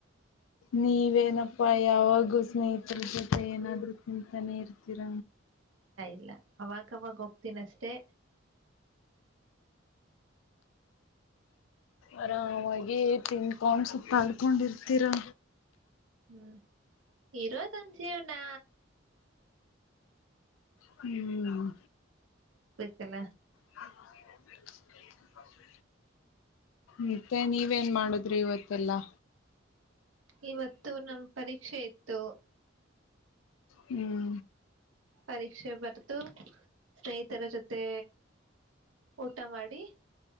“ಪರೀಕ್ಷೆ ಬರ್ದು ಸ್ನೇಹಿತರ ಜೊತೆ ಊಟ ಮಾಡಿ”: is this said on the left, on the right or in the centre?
Right